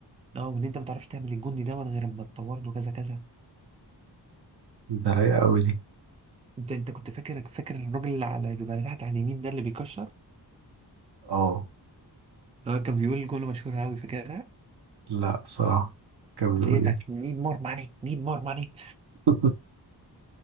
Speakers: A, on the right; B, on the right.
A: اه وان انت ما تعرفش تعمل الجندي دوت غير اما تطور له كذا كذا
B: ده رايقة أوي دي
A: انت انت كنت فاكر فاكر الراجل اللي على بيبقى تحت على اليمين ده اللي بيكشر
B: اه
A: اه كان بيقول جمله مشهوره قوي فاكرها
B: لا بصراحة كان
A: اللي
B: بيقول
A: هي بتاعت
B: يعني
A: نيد مور ماني نيد مور ماني
B: <laughs>